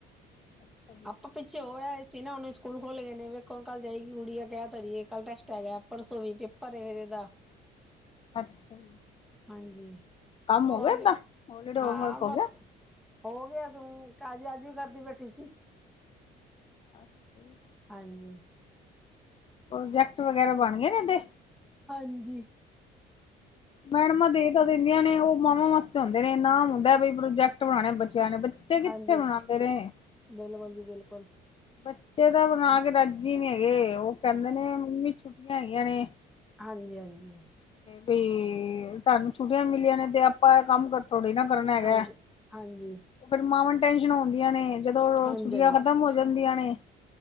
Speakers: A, on the left; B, in the centre.
A: ਅੱਛਾ ਜੀ
B: ਆਪ ਪਿੱਛੇ ਹੋਇਆ ਸੀ ਨਾ ਉਹਨੂੰ ਸਕੂਲ ਖੁੱਲ ਗਏ ਨੇ, ਵੇਖੋ ਕੱਲ ਜਾਏਗੀ, ਗੁੜੀਆ ਕਿਹ ਤਾ ਰਹੀ ਏ ਕੱਲ੍ਹ ਟੈਸਟ ਹੈ ਗਾ, ਪਰਸੋਂ ਵੀ ਪੇ ਭਰੇ ਫੇਰੇ ਦਾ,
A: ਅੱਛਾ ਜੀ।
B: ਹਾਂਜੀ,
A: ਕੰਮ
B: ਉਹਨੀ
A: ਹੋ ਗਿਆ ਏਦਾਂ ਹੋਲੀਡੇ
B: ਹਾਂ
A: ਹੋਮਵਰਕ ਹੋ
B: ਬਸ
A: ਗਿਆ
B: ਹੋ ਗਿਆ ਸੂੰ ਕਾਜ ਅੱਜ ਵੀ ਕਰਦੀ ਬੈਠੀ ਸੀ।
A: ਅੱਛਾ ਜੀ,
B: ਹਾਂਜੀ,
A: ਪ੍ਰੋਜੈਕਟ ਵਗੈਰਾ ਬਣ ਗਏ ਨੇ ਇਹਦੇ?
B: ਹਾਂਜੀ,
A: ਮੈਡਮਾਂ ਦੇ ਤਾਂ ਦਿੰਦੀਆਂ, ਨੇ ਉਹ ਮਾਵਾਂ ਵਾਸਤੇ ਹੁੰਦੇ ਨੇ ਨਾਮ ਹੁੰਦੇ ਨੇ ਪ੍ਰੋਜੈਕਟ ਬਣਾਣੇ ਬੱਚਿਆਂ ਨੇ ਬੱਚੇ ਕਿੱਥੇ
B: ਹਾਂਜੀ ਹਾਂਜੀ
A: ਬਣਾਦੇ ਨੇ,
B: ਬਿਲਕੁਲ ਜੀ ਬਿਲਕੁਲ,
A: ਬੱਚੇ ਤਾਂ ਬਣਾ ਕੇ ਰੱਜੀ ਹੀ ਨਹੀਂ ਹੈਗੇ, ਉਹ ਕਹਿੰਦੇ ਨੇ ਮੰਮੀ ਛੁੱਟੀਆਂ ਹੈਗੀਆਂ ਨੇ,
B: ਹਾਂਜੀ-ਹਾਂਜੀ,
A: ਬਈ ਸਾਨੂੰ ਛੁੱਟੀਆਂ ਮਿਲੀਆਂ ਨੇ ਤੇ ਆਪਾਂ ਇਹ ਕੰਮ ਕਰ ਥੋੜੇ ਨਾ, ਕਰਨ ਹੈਗਾ,
B: ਹਾਂਜੀ ਹਾਂਜੀ
A: ਉਹ ਫੇਰ ਮਾਵਾਂ ਟੈਨਸ਼ਨ ਆਦੀਆਂ, ਨੇ ਜਦੋਂ
B: ਹਾਂਜੀ ਹਾਂਜੀ
A: ਛੁੱਟੀਆਂ ਖ਼ਤਮ
B: ਹਾਂਜੀ
A: ਹੋ, ਜਾਂਦੀਆਂ ਨੇ